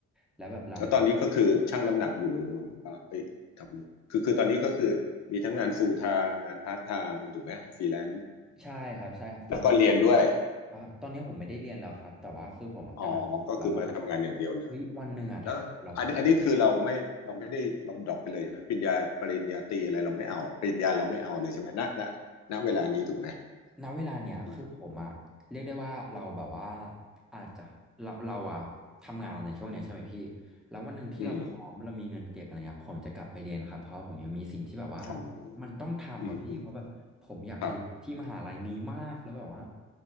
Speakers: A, in the centre; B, on the left.
A: แล้วแบบเราไม่ได้
B: แล้วตอนนี้ก็คือชั่งน้ำหนักอยู่ระหว่างว่าเอ้ยทำคือคือตอนนี้ก็คือมีทั้งงาน full time งาน part time ถูกไหมฟรีแลนซ์
A: ใช่ครับใช่ครับส่วนมาก
B: แล้วก็เรียนด้วย
A: อ่ะตอนนี้ผมไม่ได้เรียนแล้วครับแต่ว่าคือผมอะกำลังคิดว่าแบบว่า
B: อ๋อก็คือมาทำงานอย่างเดียวเลย
A: เฮ้ยวันหนึ่งอ่ะถ้าเราพร้อม
B: แล้วอันนี้อันนี้คือเราไม่เราไม่ได้เราดรอปไปเลยใช่ไหมปริญญาปริญญาตรีอะไรเราไม่เอาปริญญาเราไม่เอาเลยใช่ไหมณณณเวลานี้ถูกไหม
A: ณเวลาเนี้ยคือผมอะเรียกได้ว่าเราแบบว่า
B: อืม
A: อาจจะเราเราอะทำงานในช่วงเนี้ยใช่ไหมพี่แล้ววันหนึ่งที่เราพร้อมเรามีเงินเก็บอะไรเงี้ยผมจะกลับไปเรียนครับเพราะผมยังมีสิ่งที่แบบว่า
B: อืมอ๋อ
A: มันต้องทำอ่ะพี่เพราะแบบผมอยากเรียนที่มหาลัยนี้มากแล้วแบบว่า
B: อืมอืมครับ